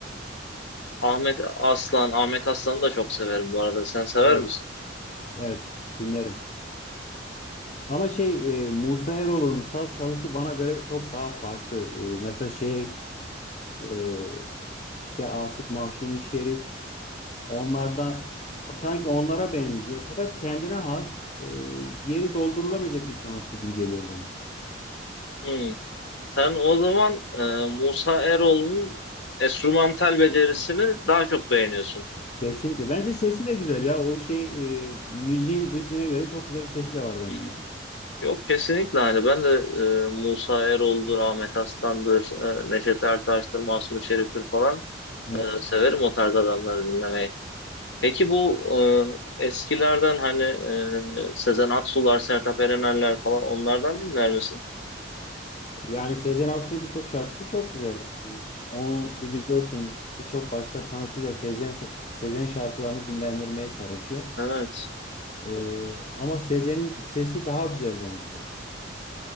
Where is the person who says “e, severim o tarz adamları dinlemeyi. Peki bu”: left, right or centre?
Left